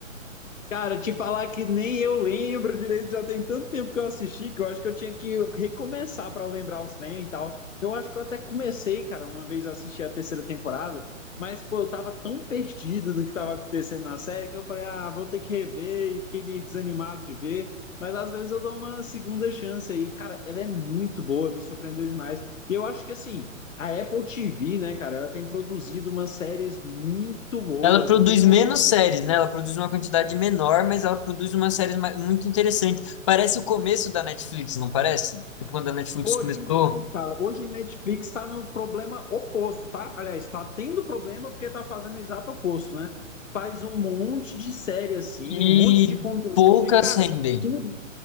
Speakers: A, on the left; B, on the left.
A: Cara, te falar que nem eu lembro direito, já tem tanto tempo que eu assisti que eu acho que eu tinha que recomeçar pra lembrar os trem e tal. Eu acho que eu até comecei, cara, uma vez a assistir a terceira temporada, mas pô, eu tava tão perdido no que tava acontecendo na série que eu falei, ah, vou ter que rever e fiquei meio desanimado de ver, mas às vezes eu dou uma segunda chance aí. Cara, ela é muito boa, me surpreendeu demais. E eu acho que assim, a Apple TV, né, cara, ela tem produzido umas séries muito boas.
B: Ela produz
A: Eu tenho
B: menos séries, né? Ela produz uma quantidade menor, mas ela produz umas séries ma- muito interessantes. Parece o começo da Netflix, não parece? Tipo, quando a Netflix
A: Pô,
B: começou
A: demais, cara. Hoje a Netflix tá no problema oposto, tá? Aliás, tá tendo problema porque tá fazendo o exato oposto, né? Faz um monte de série assim,
B: e
A: um monte de conteúdo
B: poucas
A: e, cara,
B: rendem.
A: tudo